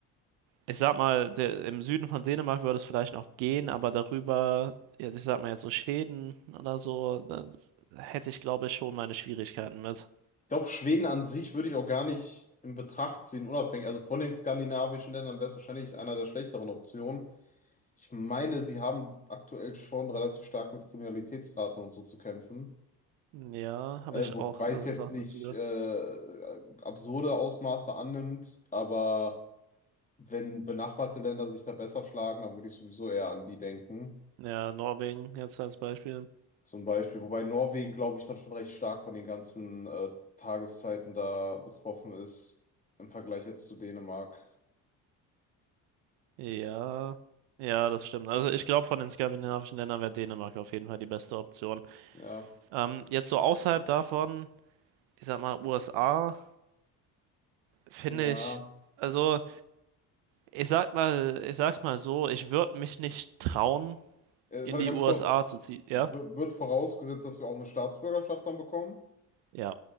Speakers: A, on the right; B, on the left.
A: Ich sag mal, der, im Süden von Dänemark würde es vielleicht noch gehen, aber darüber, ja, ich sag mal jetzt so Schweden oder so, dann hätte ich glaube ich schon meine Schwierigkeiten mit.
B: Ich glaube, Schweden an sich würde ich auch gar nicht in Betracht ziehen, unabhängig. Also von den skandinavischen Ländern wäre es wahrscheinlich einer der schlechteren Optionen. Ich meine, sie haben aktuell schon relativ stark mit Kriminalitätsraten und so zu kämpfen.
A: Ja,
B: Äh,
A: habe ich
B: wobei
A: auch so
B: es jetzt
A: Sachen
B: nicht
A: dazu gehört.
B: äh, absurde Ausmaße annimmt, aber wenn benachbarte Länder sich da besser schlagen, dann würde ich sowieso eher an die denken.
A: Ja, Norwegen jetzt als Beispiel.
B: Zum Beispiel, wobei Norwegen, glaube ich, dann schon recht stark von den ganzen äh, Tageszeiten da betroffen ist im Vergleich jetzt zu Dänemark.
A: Ja, ja, das stimmt. Also ich glaube, von den skandinavischen Ländern wäre Dänemark auf jeden Fall die beste Option.
B: Ja,
A: Ähm, jetzt so außerhalb davon, ich sag mal, USA, finde
B: ja.
A: ich, also ich sag mal, ich sag's mal so, ich würde mich nicht trauen
B: Äh,
A: in
B: warte,
A: die
B: ganz
A: USA
B: kurz.
A: zu ziehen, ja?
B: W wird vorausgesetzt, dass wir auch eine Staatsbürgerschaft dann bekommen?
A: Ja,